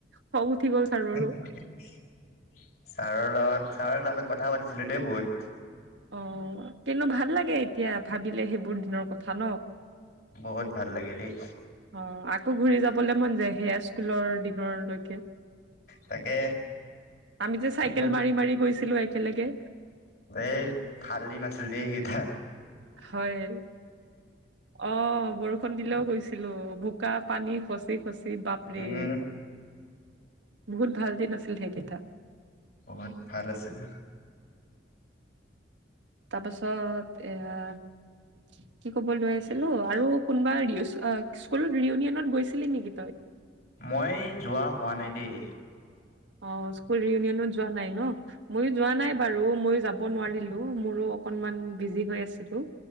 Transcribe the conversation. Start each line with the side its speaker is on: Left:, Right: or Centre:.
Right: খং উঠি গ'ল ছাৰৰো
Left: ছাৰৰ লগত ছাৰ লগত কথা পাতিছিলো দেই বহুত
Right: অ কিন্তু ভাল লাগে এতিয়া ভাবিলে সেইবোৰ দিনৰ কথা ন।
Left: বহুত ভাল লাগে দেই।
Right: অ আকৌ ঘূৰি যাবলৈ মন যায় সেয়া স্কুলৰ দিনৰলৈকে।
Left: তাকে
Right: আমি যে চাইকেল
Left: ক'তনো
Right: মাৰি মাৰি গৈ ছিলো একেলগে।
Left: এই ভাল দিন আছিল দেই তেতিয়া
Right: হয় অ বৰষুণ দিলেও গৈ- ছিলো বোকা পানী খচি খচি বাপৰে
Left: উম
Right: বহুত ভাল দিন আছিল সেইকেইটা
Left: বহুত ভাল আছিলে।
Right: তাৰপাছত এ কি কব লৈ আছিলো আৰু কোনোবা স্কুলত ৰিয়উনিয়নত গৈছিলি নেকি তই?
Left: মই যোৱা হোৱা নাই দেই
Right: অ স্কুল ৰিউনিয়নত যোৱা নাই ন? মইও যোৱা নাই বাৰু ময়ো যাম যা়ব নোৱাৰিলো মোৰো অকনমান বিজি হৈ আছিলো।